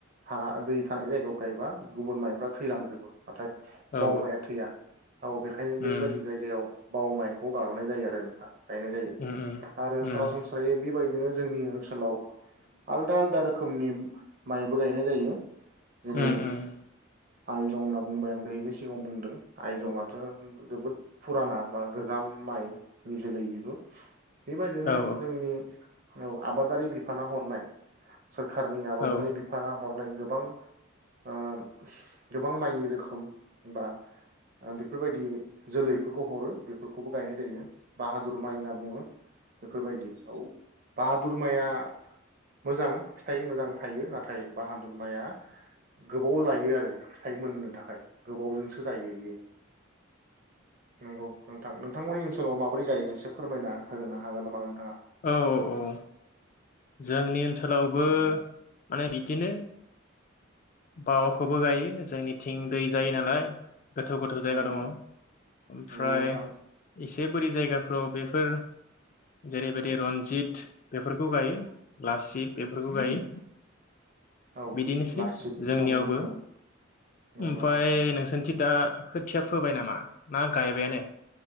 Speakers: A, on the right; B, on the left.
A: हा दै थानाय जायगायाव गायोबा गुबुन माइफ्रा थैलांजोबो नाथाय
B: औ
A: बावमाया थैया औ बेखायनो बैबादि
B: उम
A: जायगायाव बाव माइखौ गार'नाय जायो आरो नोंथां। गायनाय जायो
B: उम
A: आरो
B: उम
A: सरासनस्रायै बेबायदि बेनो जों ओनसोल ओनसोलाव आलदा आलदा रोखोमनि माइबो गायनाय जायो। जेरै
B: उम उम
A: आइजं होनना बुंबाय आं दोहैबो सिगाङाव बुंदों आयजंआथ' जोबोद फुराना बा गोजाम माइनि जोलै बेबो। बेबायदिनो
B: औ
A: जोंनि औ आबादारि बिफाना हरनाय सोरखारनि आबादारि
B: औ
A: बिफाना हरनाय गोबां ओ गोबां माइनि रोखोम बा बेफोरबायदि जोलैफोरखौ हरो बेफोरखौबो गायनाय जायो बाहादुर माइ होनना बुङो बेफोरबायदि औ बाहादुर माइया मोजां फिथाइ मोजां थायो नाथाय बाहादुर माया गोबाव लायो आरो फिथाइ मोननो थाखाय गोबावजोंसो जायो बियो। नंगौ नोंथां नोंथांमोननि ओनसोलाव माबोरै गायो एसे फोरमायना होग्रोनो हागोन नामा नोंथाङा।
B: औ औ जोंनि ओनसोलावबो माने बिदिनो बावआखौबो गायो जोंनिथिं दै जायो नालाय। गोथौ गोथौ जायगा
A: नंगौ
B: दङ ओमफ्राय
A: नंगौ नोंथां
B: एसे बोरि जायगाफ्राव बे फोर जेरैबाय दि रनजित बेफोरखौ गायो। लासित बेफोरखौ गायो।
A: ओ औ
B: बिदिनोसै
A: लासितबो
B: जोंनियावबो
A: दंमोन औ नंगौ
B: ओमफ्राय नोंसोरनि थि दा खोथिया फोबाय नामा ना गायबायानो?